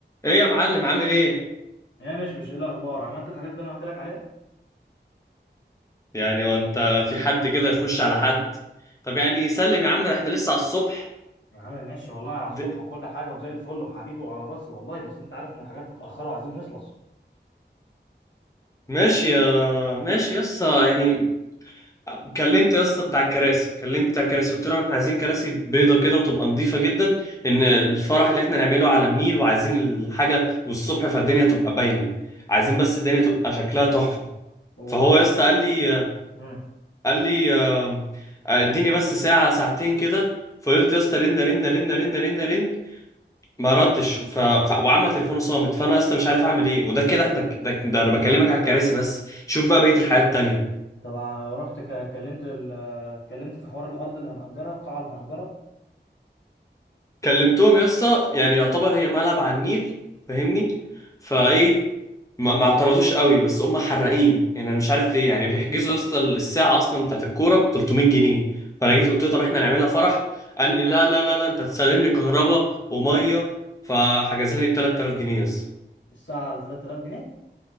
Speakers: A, on the left; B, on the left.
A: ايه يا معلم عامل ايه
B: يا ماشي مش ايه الاخبار عملت الحاجات اللي انا قلت لك عليها
A: يعني هو انت في حد كده يخش على حد طب يعني سلم يا عم احنا لسه على الصبح
B: يا عم ماشي والله على الصبح
A: د-
B: وكل حاجه وزي الفل وحبيبي وعلى راسي والله بس انت عارف ان الحاجات متاخره وعايزين نخلص
A: ماشي يا ماشي يا اسطى يعني كلمت يا اسطى بتاع الكراسي كلمت بتاع الكراسي قلت لهم احنا عايزين كراسي بيضه كده وتبقى نظيفه جدا ان الفرح اللي احنا نعمله على النيل وعايزين الحاجه والصبح فالدنيا تبقى باينه عايزين بس الدنيا تبقى شكلها تحفه
B: وكل
A: فهو يا اسطى قال لي
B: مم.
A: قال لي آه، آه، اديني بس ساعه ساعتين كده فقلت يا اسطى رن رن رن رن رن رن ما ردش ف... ف... وعمل تليفونه صامت فانا لسه مش عارف اعمل ايه وده كده احنا ك- ده, ده انا بكلمك على الكراسي بس شوف بقى بقيه الحياه التانيه
B: طبعا رحت ك- كلمت ال... كلمت في حوار الارض اللي هنأجرها القاعه اللي هنأجرها
A: كلمتهم يا اسطى يعني يعتبر هي ملعب على النيل فاهمني فايه ما, ما اعترضوش قوي بس هم حرقين يعني انا مش عارف ليه يعني بيحجزوا يا اسطى الساعه اصلا بتاعت الكوره ب 300 جنيه فانا جيت قلت له طب احنا نعملها فرح قال لي لا لا لا لا انت هتسلم لي كهرباء وميه فحجزها لي ب 3000 جنيه يا اسطى
B: الساعه على 3000 جنيه